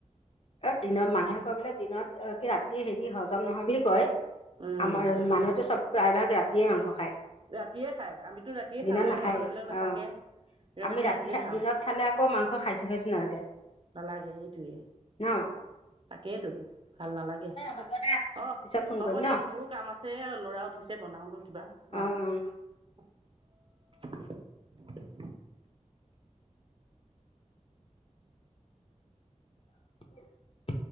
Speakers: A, on the left; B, on the right.
A: এ- দিনত মানুহে কয় বোলে দিনত কি- ৰাতি হেৰি হজম নহয় বুলি কয়।
B: উম
A: আমাৰ মানুহেতো চব প্ৰায় ভাগ ৰাতিয়ে মাংস খায়
B: ৰাতিয়ে খাই আমিতো ৰাতিয়ে
A: দিনত
B: খাওঁ ন
A: নাখায়েই।
B: আমাৰ মানুহ বিলাক নাথাকে
A: অ-
B: সেইকাৰণে
A: আমি ৰাতি-
B: ৰাতিয়ে খাওঁ
A: দিনত খালে আকৌ মাংস খাইছো-খাইছো নালাগে।
B: নালাগে সেইটোৱে
A: অ
B: তাকেইতো ভাল নালাগে।
A: হ'ব দে
B: অ'-
A: পিছত ফোন
B: হ'ব
A: কৰিম
B: দে-মোৰো
A: ন
B: কাম আছে লৰা উঠিছে বনাওগৈ কিবা।
A: অ'-অ'-
B: অঁ <inaudible>
A: কি <inaudible>